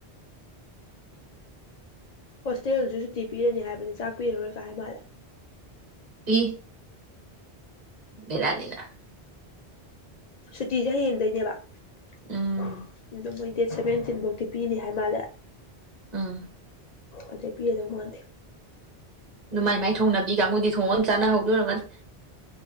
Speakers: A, on the left; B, on the right.
A: ꯍꯣꯁꯇꯦꯜꯁꯨ ꯁꯨꯇꯤ ꯄꯤꯔꯅꯤ ꯍꯥꯏ ꯍꯥꯏꯕꯅꯤ ꯆꯥꯛꯄꯤꯔꯔꯣꯏ ꯀꯥ ꯍꯥꯏ ꯃꯥꯜꯂꯦ
B: ꯑꯤ ꯕꯦꯔꯅꯤꯅ
A: ꯁꯨꯇꯤꯁꯦ ꯍꯌꯦꯡꯗꯩꯅꯦꯕ <unintelligible>
B: ꯎꯝ
A: ꯑꯗꯨ ꯃꫭꯏ ꯗꯦꯠ ꯁꯚꯦꯟꯇꯤꯟ ꯐꯧꯗꯤ ꯄꯤꯅꯤ ꯍꯥꯏ ꯃꯥꯜꯂꯦ
B: ꯑꯥ
A: ꯑꯗꯩ ꯄꯤꯒꯗꯧ ꯃꯟꯗꯦ
B: ꯎꯝ ꯃꯥꯏ ꯃꯥꯏ ꯊꯣꯡꯅꯕꯤ ꯀꯥꯡꯒꯨꯗꯤ ꯊꯣꯡꯉꯥ ꯌꯥꯝ ꯆꯥꯅ ꯍꯧꯗꯣꯏꯔꯒꯅꯤ